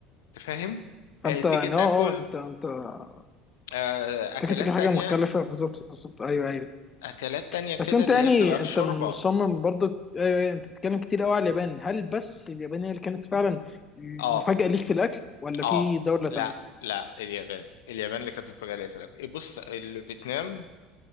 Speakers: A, on the left; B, on the left.
A: فاهم
B: فانت
A: آه، تيجي
B: يعني
A: تاكل
B: اه اه انت انت انت
A: آه، اكلات
B: كده كده حاجه
A: تانية
B: مختلفه بالظبط بالظبط ايوه ايوه
A: اكلات تانية كده
B: بس انت
A: اللي
B: يعني
A: هي بتبقى في
B: انت
A: شوربة
B: مصمم برضو ايوه ايوه انت بتتكلم كتير قوي على اليابان هل بس اليابان هي اللي كانت فعلا
A: اه
B: مفاجاه ليك في الاكل ولا
A: اه
B: في دوله
A: لا
B: تانية
A: لا اليابان اليابان اللي كانت مفاجأة ليا في الاكل إيه، بص ال- فيتنام